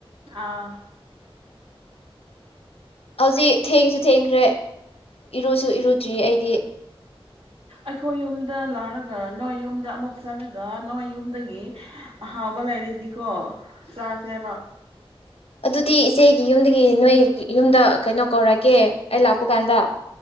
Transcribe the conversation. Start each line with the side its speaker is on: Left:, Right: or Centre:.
Right: ꯑꯥ
Left: ꯍꯧꯖꯤꯛ ꯊꯦꯡꯁꯨ ꯊꯦꯡꯈ꯭ꯔꯦ ꯏꯔꯨꯁꯨ ꯏꯔꯨꯗ꯭ꯔꯤ ꯑꯩꯗꯤ
Right: ꯑꯩꯈꯣꯏ ꯌꯨꯝꯗ ꯂꯥꯛꯔꯒ ꯅꯣꯏ ꯌꯨꯝꯗ ꯑꯃꯨꯛ ꯆꯠꯂꯒ ꯅꯣꯏ ꯌꯨꯝꯗꯒꯤ ꯑꯍꯥꯎꯕ ꯂꯩꯔꯗꯤꯀꯣ ꯆꯥꯁꯦ ꯍꯥꯏꯕ
Left: ꯑꯗꯨꯗꯤ ꯏꯆꯦꯒꯤ ꯌꯨꯝꯗꯒꯤ ꯅꯣꯏ ꯌꯨꯝꯗ ꯀꯩꯅꯣ ꯀꯧꯔꯛꯀꯦ ꯑꯩ ꯂꯥꯛꯄ ꯀꯥꯟꯗ